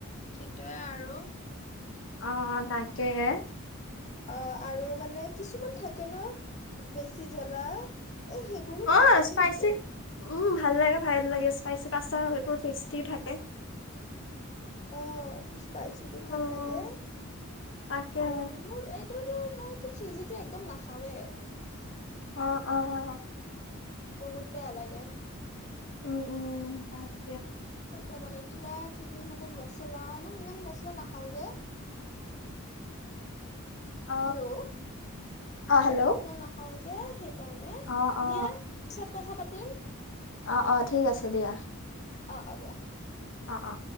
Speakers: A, on the left; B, on the left.
A: সেইটোৱে আৰু।
B: অঁ, তাকে হে।
A: অঁ, আৰু মানে কিছুমান থাকে ন বেছি জ্বলা। এ সেইবোৰো
B: অ
A: ভাল লাগে
B: স্পাইচি
A: কিন্তু।
B: উম ভাল লাগে ভাল লাগে স্পাইচি পাছতা হয়তো টেষ্টিওঁ থাকে।
A: অঁ। স্পাইছিটো ভাল
B: উম
A: লাগে
B: তাকে
A: আৰু মোৰ এই। কিন্তু মইতো চিজটো একদম নাখাওঁৱে।
B: অ অ অ।
A: বহুত বেয়া লাগে।
B: উম উম তাক।
A: এতিয়া মানে কিবা। কিবি মানে মচলা মই ইমান মচলা নাখাওঁ যে।
B: অ
A: হেল্লো
B: অ
A: ইমান
B: হেল্ল'
A: মচলা নাখাওঁ যে। এ হে। সেই কাৰণে
B: অ অ
A: দিয়া পিছত কথা পাতি। তেম।
B: অ অ ঠিক আছে দিয়া।
A: অ অ দিয়া।
B: অ অ।